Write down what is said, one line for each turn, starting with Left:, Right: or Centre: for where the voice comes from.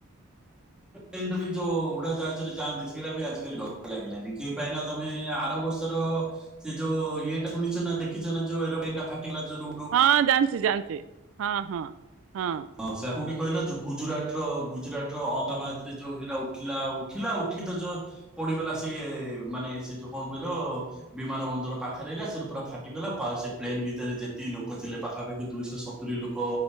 Centre: ଏ ଯୋଉ ଉଡା ଜାହାଜରେ ଯଆନ୍ତି ସେଇଟା ବି ଆଜିକାଲି ଡର ଲାଗିଲାନି କେ ପାଇଁ ନା ତମେ ଆର ବର୍ଷର ସେ ଯୋଉ ଇଏଟା ଶୁଣିଛ ଦେଖିଛ ଯୋ ଟା ଫାଟିଲା ଯଉ।
Right: ହଁ ଜାଣିଛି ଜାଣିଛି ହଁ ହଁ ହଁ।
Centre: ହଁ ସେ କୋଉଠି କହିଲା ଗୁଜୁରାଟ ର ଗୁଜୁରାଟ ର ଅହମ୍ଦାବାଦ ରେ ଯୋଉ ଏଇଟା ଉଠିଲା ଉଠିଲା ଉଠି ତ ଯ ପଡିଗଲା ସେଏ ମାନେ ସେ ଯୋଉ କଣ କହିଲ ବିମାନ ବନ୍ଦର ପାଖରେ ହେଗଲା ସେଠ ପୁରା ଫାଟିଗଲା ସେ ପ୍ଲେନ ଭିତରେ ଯେତିକି ଲୋକ ଥିଲେ ପାଖାପାଖି ଦୁଇଶହ ସ ତୁରି ଲୋକ